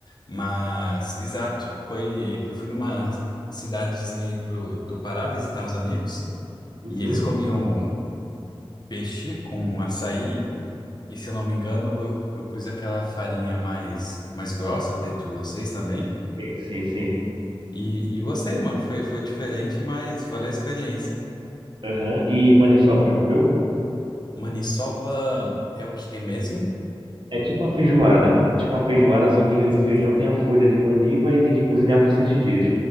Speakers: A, on the left; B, on the right.
A: Mas, exato, foi. Eu fui numa cidadezinha aí pro, do Pará visitar uns amigos
B: Uhum.
A: e eles comiam peixe com açaí. E se eu não me engano, eu, eu pus aquela farinha mais, mais grossa de, de vocês também.
B: Sim, sim. sim.
A: E, e gostei, mano. Foi, foi diferente, mas valeu a experiência.
B: Aham. E maniçoba, já comeu?
A: Maniçoba é o que é mesmo?
B: É tipo uma feijoada. Tipo uma feijoada, só que em vez do feijão tem a folha de maniva e tem que cozinhar por sete dias.